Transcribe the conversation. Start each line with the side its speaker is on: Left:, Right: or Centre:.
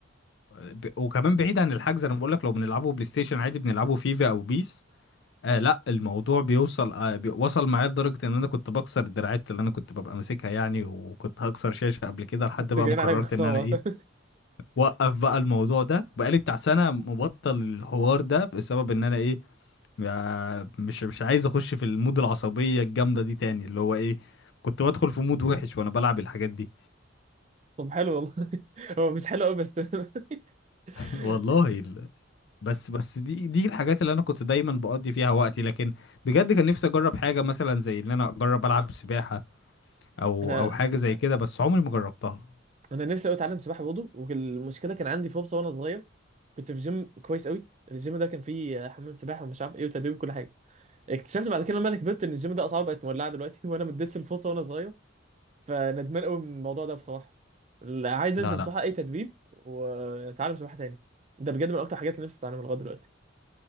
Left: ب- وكمان بعيد عن الحجز انا بقول لك لو بنلعبه بلاي ستيشن عادي بنلعبه فيفا او بيس آه لا الموضوع بيوصل آه بي وصل معايا لدرجة ان انا كنت بكسر الدراعات اللي انا كنت ببقى ماسكها يعني وكنت هكسر شاشة قبل كده لحد
Right: انتوا
Left: بقى
Right: جايين
Left: ما قررت
Right: عليا بخساره
Left: ان انا ايه
Right: فاهم
Left: وقف بقى الموضوع ده بقالي بتاع سنة مبطل الحوار ده بسبب ان انا ايه ما- مش مش عايز اخش في المود العصبية الجامدة دي تاني اللي هو ايه كنت بدخل في مود وحش وانا بلعب الحاجات دي
Right: <laughs> طب حلو والله <laughs> هو مش حلو قوي بس تمام.
Left: <laughs>
Right: <laughs>
Left: والله ال... بس بس دي دي الحاجات اللي انا كنت دايما بقضي فيها وقتي لكن بجد كان نفسي اجرب حاجة مثلا زي ان انا اجرب العب سباحة او
Right: انا
Left: او حاجة زي كده بس عمري ما جربتها
Right: انا نفسي قوي اتعلم سباحه برضه والمشكله كان عندي فرصه وانا صغير كنت في جيم كويس قوي الجيم ده كان فيه حمام سباحه ومش عارف ايه وتدريب وكل حاجه اكتشفت بعد كده لما انا كبرت ان الجيم ده اسعاره بقت مولعه دلوقتي <laughs> وانا ما اديتش الفرصه وانا صغير فندمان قوي من الموضوع ده بصراحه لا، عايز
Left: لا
Right: انزل
Left: لا
Right: بصراحه اي تدريب واتعلم سباحه تاني ده بجد من اكتر حاجات اللي نفسي اتعلمها لغايه دلوقتي